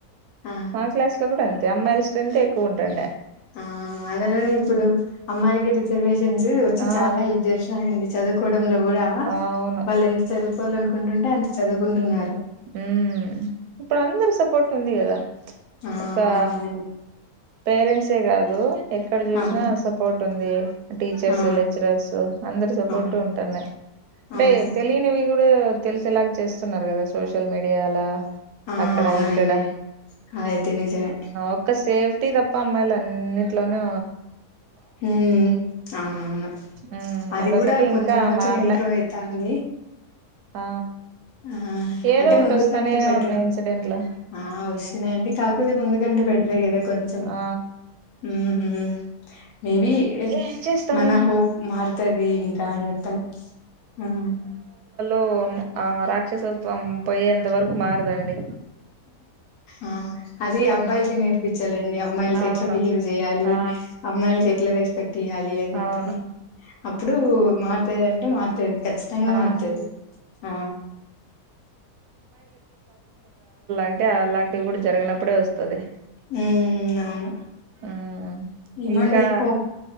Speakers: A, on the left; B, on the right.
A: ఆ
B: మా క్లాస్ లో కూడా అంతే అమ్మాయిల స్ట్రెంత్ ఏ ఎక్కువ ఉంటండే
A: ఆ అందులోనే ఇప్పుడు అమ్మాయిలకి రిజర్వేషన్ స్ వచ్చి
B: ఆ
A: చాలా హెప్ చేస్తున్నాయండి చదువు కొడంలో కూడా
B: అవును
A: వాళ్ళు ఎంత చదువ్ కోవాలనుకుంటుంటే అంత చదువుకుంటున్నారు
B: హు ఇప్పుడు అందరి సపోర్ట్ ఉంది కదా
A: ఆ
B: ఓకా
A: అవునండి
B: పేరెంట్సే ఏ కాదు ఎక్కడ చూసినా
A: అవును
B: సపోర్ట్ ఉంది. టీచర్స్
A: ఆ
B: లెక్చలర్సు అందరు సపోర్ట్
A: అవును
B: ఉంటున్నాయి అంటే
A: అవును
B: తెలియనివి కూడా తెలిసేలాగ చేస్తున్నారు క సోషల్ మీడియాాల
A: ఆ
B: అక్కడ
A: అవునండి
B: ఇక్కడ
A: అదైతే నిజమే
B: ఒక్క సేఫ్ ట్టి తప్ప అమ్మాయిలు అన్నింటిలోను
A: హ్మ్ అవునవును
B: ఉమ్
A: అది
B: అదొకటి
A: కూడా కొంచెం
B: ఇంకా
A: కొంచెం
B: మారలే
A: ఇంప్రూవ్ అయితాంది.
B: ఆ
A: ఆ
B: ఏదో
A: అంటే
B: ఒకటి
A: ముందుకంటే
B: వస్తానే
A: బెటర్
B: ఉన్నాయి ఇన్సిడెంట్లు
A: ఆ వస్తున్నాయండి కాకపోతే ముందుకంటే బెటరే ఏ కదా కొంచెం
B: ఆ
A: హు మేబి
B: ఏం చేస్తాము
A: మన హోప్ మారుతది ఇంకా అని చెప్పి ఆన్
B: ఓ ఆ రాక్షసత్వం పోయేంత వరకు మారదండి
A: ఆ అది అబ్బాయిలకి నేర్ప్ పించాలండి అమ్మాయిలతో
B: అవును
A: ఎట్లా బిహేవ్ చేయాలి
B: ఆ
A: అమ్మాయిలకి ఎట్లా రెస్ట్ తీయాలి అని చెప్పని
B: అవును
A: అప్ ఇప్పుడు మార్చ లేదంటే మారుతది ఖచ్చితంగా
B: ఆ
A: మారుతది ఆ
B: అంటే అలాంటివి కూడా జరిగనప్పుడే వస్తది
A: హ్మ్ అవును
B: మ్
A: ఎమోఅండి
B: ఇంకా
A: హోప్